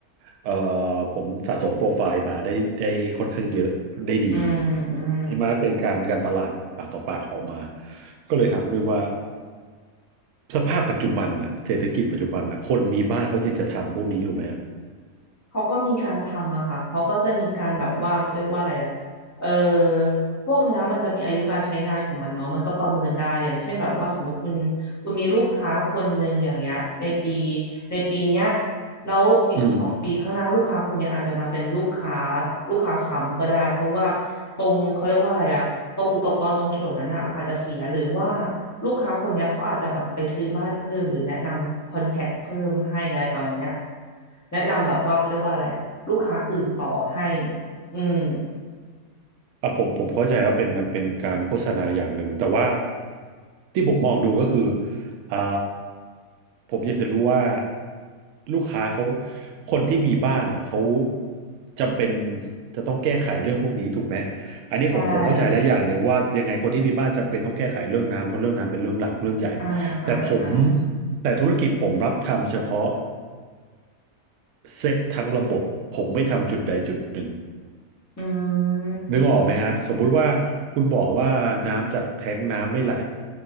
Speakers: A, on the right (about 70°); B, on the left (about 25°).
A: เอ่อผมสะสมโปรไฟล์มาได้ได้ค่อนข้างเยอะได้ดี
B: อืมอืม
A: ทีนี้มาเป็นการการตลาดปากต่อปากออกมาก็เลยถามคุณด้วยว่าสภาพปัจจุบันน่ะเศรษฐกิจปัจจุบันน่ะคนมีบ้านเขายังจะทำพวกนี้อยู่ไหมอะ
B: เขาก็มีการทำอะค่ะเขาก็จะมีการแบบว่าเขาเรียกว่าอะไรอะเออพวกเนี้ยมันจะมีอายุการใช้งานของมันเนาะมันก็ประเมินได้อย่างเช่นแบบว่าสมมติคุณคุณมีลูกค้าคนหนึ่งอย่างเงี้ยในปีในปีเนี้ยแล้วอีกสองปีข้างหน้าลูกค้าคนเนี้ยอาจจะมาเป็นลูกค้า
A: อืม
B: ลูกค้าซ้ำก็ได้เพราะว่าตรงเขาเรียกว่าอะไรอะ ตรงอุปกรณ์ตรงส่วนนั้นอ่ะมันอาจจะเสียหรือว่าลูกค้าคนเนี้ยเขาอาจจะแบบไปซื้อบ้านเพิ่มหรือแนะนำคอนแทคเพิ่มให้อะไรประมาณเนี้ยแนะนำแบบว่าเขาเรียกว่าอะไรลูกค้าอื่นต่อให้อืม
A: อ่ะผมผมเข้าใจว่าเป็นมันเป็นการโฆษณาอย่างหนึ่งแต่ว่าที่ผมมองดูก็คืออ่าผมอยากจะรู้ว่าลูกค้าเขาคนที่มีบ้านอ่ะเขาจำเป็นจะต้องแก้ไขเรื่องพวกนี้ถูกไหมอันนี้ผมผมเข้าใจแล้วอย่างหนึ่งว่ายังไงคนที่มีบ้านจำเป็นต้องแก้ไขเรื่องน้ำเพราะเรื่องน้ำเป็นเรื่องหลักเรื่องใหญ่
B: ใช่อ่าอ่าอ่า
A: แต่ผมแต่ธุรกิจผมรับทำเฉพาะเซตทั้งระบบผมไม่ทำจุดใดจุดหนึ่ง
B: อืม
A: นึกออกไหมฮะสมมุติว่าคุณบอกว่าน้ำจากแท้งน้ำไม่ไหล